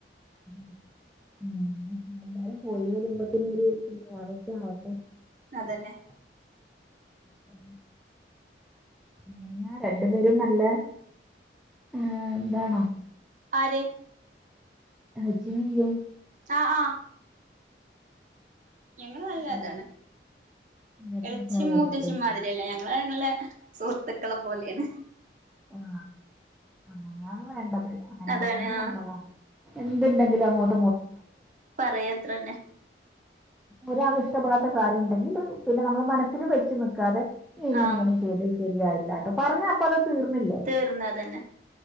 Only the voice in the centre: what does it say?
<unintelligible> ഉ എല്ലാരും പോയി വരുമ്പോത്ത്നൊരു കുഞ്ഞുവാവ ഒക്കെ ആവട്ടെ
ഉ <inaudible> രണ്ടു പേരും നല്ല ഏ ഇതാണോ
<unintelligible>
പിന്നെ
ഇങ്ങനത്തെ
സഹകരിക്കോ
ആ അങ്ങനെയാണ് വേണ്ടത്. അങ്ങനെയാവുമ്പോ
നല്ലതാ. എന്തുണ്ടെങ്കിലും അങ്ങോട്ട്
ഒരാള് ഇഷ്ടപ്പെടാത്ത കാര്യം ഉണ്ടെങ്കിൽ പിന്നെ നമ്മൾ മനസ്സിൽ വെച്ചു നൽക്കാതെ ഇങ്ങനെ
ഇങ്ങനെ <inaudible> ശരിയായില്ലാട്ടോ പറഞ്ഞ അപ്പത് ല്ലേ.